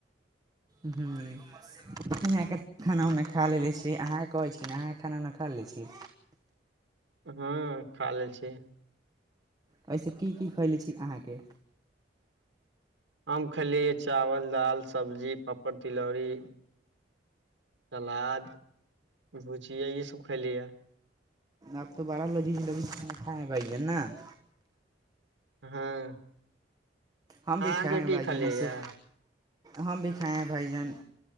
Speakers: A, on the right; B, on the right.
A: नै से <unintelligible> यहाँ केत खाना उना खा लेने छी अहाँके कहै छी ने अहाँ खाना उना खा लने छी
B: हँ खा लेल छी
A: एहिसे की की खैले छी अहाँके
B: हम खेलियैै चावल दाल सब्जी पापड़ तिलौरी सलाद भुजियै ई सब खैली ह
A: आब तऽ बारह बाजी लजी <unintelligible> ज ल ख खाब ज ने <unintelligible>
B: हँ
A: हम
B: अहाँके
A: भी खाए हैं
B: की
A: भाईजान
B: खलैय
A: ऐसे
B: या
A: हम भी खाए भैजन